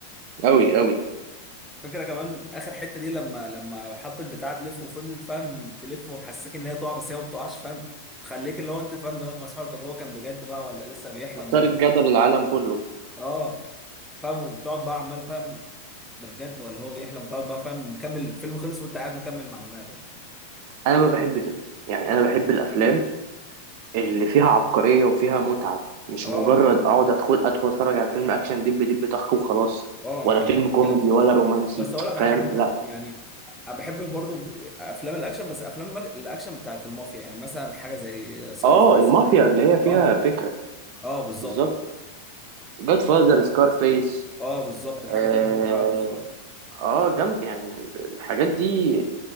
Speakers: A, on the right; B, in the centre.
A: أوي أوي
B: فكرة كمان اخر حتة دي لما لما حط البتاع تلف وفضلت فاهم تلف ومحسسك ان هي تقع بس هي ما بتقعش فاهم خليك اللي هو انت فاهم دماغك مسحور طب هو كان بجد بقى ولا لسه بيحلم
A: أثار
B: ولا
A: الجدل
B: ايه
A: العالم كله
B: اه فاهم وتقعد بقى عمال فاهم ده بجد ولا هو بيحلم وتقعد بقى فاهم مكمل الفيلم خلص وانت قاعد مكمل مع دماغك
A: أنا ما بحب كده يعني أنا بحب الأفلام اللي فيها عبقرية وفيها متعة مش
B: اه
A: مجرد اقعد ادخل ادخل اتفرج على فيلم اكشن دب دب طخ وخلاص
B: اه
A: ولا
B: ما عنديش
A: فيلم كوميدي
B: كلام
A: ولا رومانسي
B: بس اقول لك
A: فاهم
B: على حاجة بقى،
A: لا
B: يعني انا بحب برضو افلام الاكشن بس افلام المك- الاكشن بتاعت المافيا يعني مثلا حاجة زي سكارفيس
A: اه المافيا اللي هي فيها
B: اه
A: فكرة
B: اه بالظبط
A: بالظبط جاد فازر سكارفيس
B: اه بالظبط الحاجات
A: اه
B: دي انا بحبها قوي بصراحه
A: اه جم يعني الحاجات دي